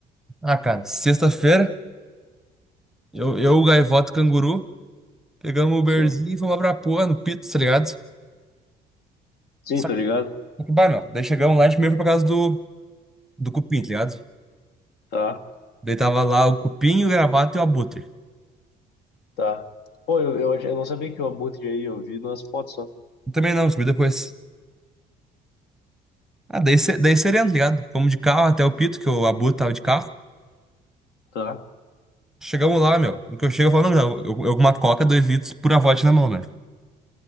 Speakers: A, in the centre; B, on the left.
A: Ah, cara, sexta-feira, eu, eu, o Gaivota e o Canguru, pegamos o Uberzinho
B: Sim.
A: e fomos lá pra porra, no Pito, tá ligado?
B: Sim,
A: Só
B: tô ligado?
A: que, bah, meu, daí chegamos lá, a gente meio foi por causa do, do Cupim, tá ligado?
B: Tá,
A: Daí tava lá o Cupim, o Gravata e o Abutre.
B: tá. Pô, eu, eu, ach- eu não sabia que o Abutre aí, eu vi nas fotos só.
A: Eu também não, descobri depois. Ah, daí, se- daí sereno, tá ligado? Fomos de carro até o Pito, que o Abutre tava de carro.
B: Tá.
A: Chegamos lá, meu, no que eu chego, eu falo, não, eu, eu, eu com uma coca, dois litros, pura vodka na mão, né?